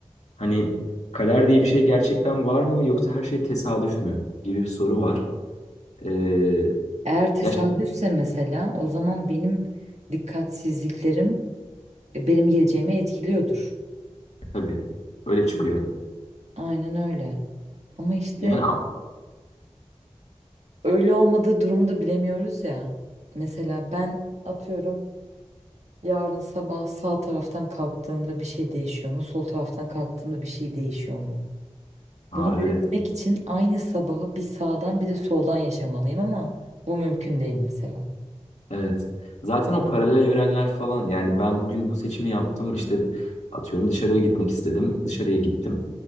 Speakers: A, on the left; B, on the right.
A: Hani kader diye bir şey gerçekten var mı yoksa her şey tesadüf mü gibi bir soru var. Ee,
B: Eğer tesadüfse
A: ya şimdi
B: mesela o zaman benim dikkatsizliklerim e, benim geleceğimi etkiliyordur.
A: tabii öyle
B: Çünkü
A: çıkıyor.
B: Aynen öyle. Ama işte
A: Yani al.
B: öyle olmadığı durumu da bilemiyoruz ya. Mesela ben atıyorum yarın sabah sağ taraftan kalktığımda bir şey değişiyor mu? Sol taraftan kalktığımda bir şey değişiyor mu?
A: Aa,
B: Bunu görebilmek
A: evet.
B: için aynı sabahı bir sağdan bir de soldan yaşamalıyım ama bu mümkün değil mesela.
A: Evet. Zaten o paralel evrenler falan yani ben bugün bu seçimi yaptım işte atıyorum dışarıya gitmek istedim dışarıya gittim.